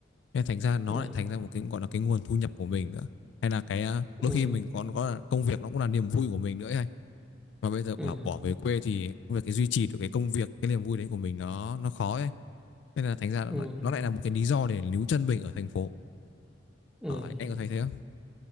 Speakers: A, on the left; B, in the centre.
A: Nên thành ra nó
B: ừ
A: lại thành ra một cái gọi là cái nguồn thu nhập của mình nữa. Hay là cái à,
B: ừ
A: đôi khi mình còn có là công việc nó cũng là niềm vui của mình nữa ấy. anh. Mà bây giờ bảo
B: ừ
A: bỏ về quê thì việc cái duy trì được cái công việc, cái niềm vui đấy của mình nó nó khó ấy. Nên là thành ra nó
B: ừ
A: lại, nó lại là một cái lý do để níu chân mình ở thành phố.
B: ừ
A: Ờ,
B: ừ
A: anh có thấy thế không?